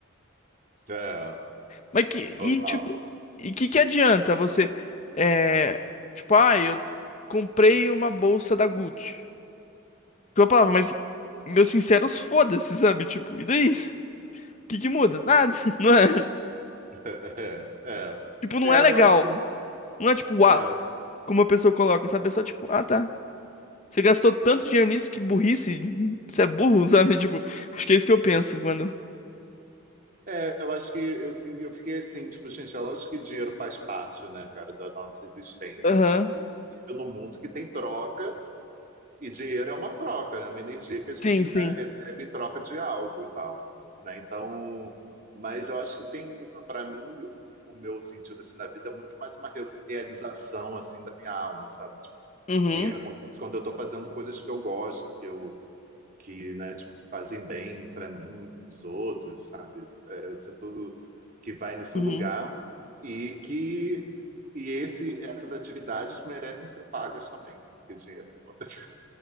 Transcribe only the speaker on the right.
É,
total.
<laughs> É, é.
É,
eu acho que.
É,
é, eu acho que eu, sim, eu fiquei assim, tipo, gente, é lógico que dinheiro faz parte, né, cara, da nossa existência.
A gente vive vive num mundo que tem troca. E dinheiro é uma troca, né? É Uma energia que a gente,
né, recebe em troca de algo e tal, né? Então, mas eu acho que tem isso para mim, o o meu sentido assim na vida é muito mais uma res- realização assim da minha alma, sabe? Tipo,
que acontece quando eu estou fazendo coisas que eu gosto, que eu que, né, tipo, que fazem bem para mim, para os outros, sabe? É, eu sinto que vai nesse
lugar e que e esse essas atividades merecem ser pagas também, porque dinheiro é importante.